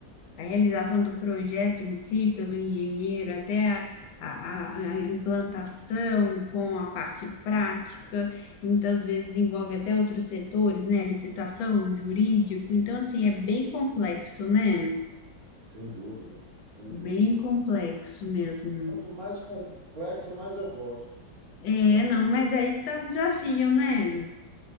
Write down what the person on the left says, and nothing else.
a realização do projeto em si, pelo engenheiro, até a, a- a- a implantação com a parte prática, e muitas vezes envolve até outros setores, né? Licitação, jurídico. Então, assim, é bem complexo, né?
Bem
complexo mesmo.
É,
não, mas é aí que tá o desafio, né?